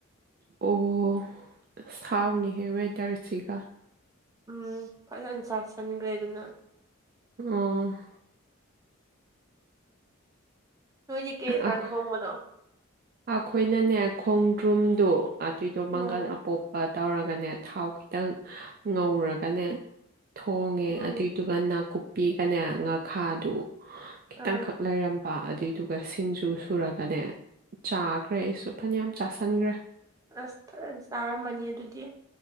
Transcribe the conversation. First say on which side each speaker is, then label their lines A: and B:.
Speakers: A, on the right (about 40°); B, on the right (about 15°).
A: ꯑꯣ ꯑꯁ ꯍꯥꯎꯅꯤꯍꯦ ꯋꯦꯗꯔ ꯁꯤꯒ
B: ꯎꯝ ꯐꯖꯅ ꯁꯥꯁꯟꯈ꯭ꯔꯦ ꯑꯗꯨꯅ
A: ꯑꯣ
B: ꯅꯣꯏꯗꯤ ꯀꯩ ꯌꯦꯟꯖꯥꯡ
A: ꯑꯩꯈꯣꯏ
B: ꯊꯣꯡꯕꯅꯣ
A: ꯑꯩꯈꯣꯏꯅꯅꯦ ꯈꯣꯡꯗ꯭ꯔꯨꯝꯗꯣ ꯑꯗꯨꯏꯗꯣ
B: ꯎꯝ
A: ꯃꯪꯒꯟ ꯑꯄꯣꯞ ꯄ ꯇꯧꯔꯒꯅꯦ ꯊꯥꯎ ꯈꯤꯇꯪ ꯉꯧꯔꯒꯅꯦ ꯊꯣꯡꯉꯦ
B: ꯎꯝ
A: ꯑꯗꯨꯏꯗꯨꯒ ꯅꯥꯀꯨꯞꯄꯤꯒꯅꯦ ꯉꯥꯈꯥꯗꯨ ꯈꯤꯇꯪꯈꯛ
B: ꯑꯥ
A: ꯂꯩꯔꯝꯕꯥ ꯑꯗꯨꯏ꯫ ꯑꯡꯗꯨꯒ ꯁꯤꯡꯖꯨ ꯁꯨꯔꯒꯅꯦ ꯆꯥꯈ꯭ꯔꯦ ꯑꯩꯁꯨ ꯐꯅꯌꯥꯝ ꯆꯥꯁꯟꯈ꯭ꯔꯦ꯫
B: ꯑꯁ ꯐꯖ ꯆꯥꯔꯝꯃꯅꯤ ꯑꯗꯨꯗꯤ꯫